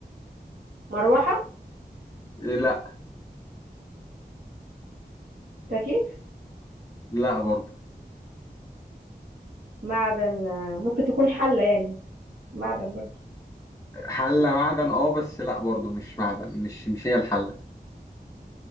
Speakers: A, on the right; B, on the left.
A: مروحة
B: إيه، لا
A: تكييف
B: لا برضه
A: معدن آه، ممكن تكون حلة يعني معدن برضه
B: حلة معدن اه بس لا برضه مش معدن مش مش هي الحلة